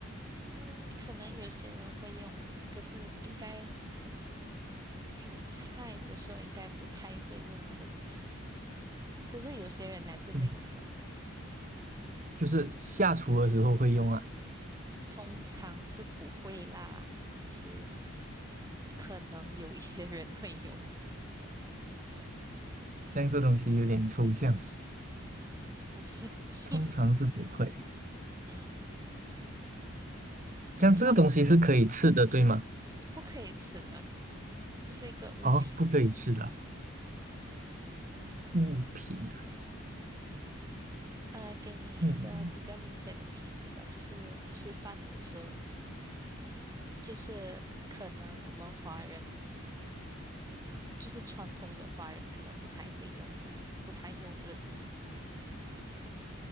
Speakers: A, on the right (about 15°); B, on the right (about 35°).
A: 嗯，可能有些人会用，可是应该煮菜的时候应该不太会用这个东西。可是有些人还是会用的，
B: 嗯，就是下厨的时候会用啊。
A: 通常是不会啦，只是可能有一些人会用，
B: 像这东西有点抽象，
A: 不是。<laughs>
B: 通常是不会。
A: 嗯，
B: 像这个东西是可以吃的，
A: 操，
B: 对吗？
A: 不可以吃的，这是一个物品。
B: 哦，不可以吃的啊
A: 嗯，
B: 物品啊。
A: 呃，给你一个比较明显的提示吧，
B: 嗯
A: 就是吃饭的时候，就是。可能我们华人。就是传统的华人可能不太会用，不太用这个东西。